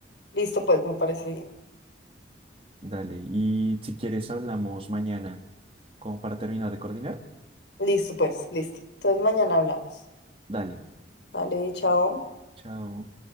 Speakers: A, on the left (about 75°); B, on the right (about 30°).
A: Listo, pues, me parece bien.
B: Dale. Y si quieres, hablamos mañana como para terminar de coordinar.
A: Listo, pues, listo. Entonces mañana hablamos.
B: Dale.
A: Vale, chao.
B: Chao.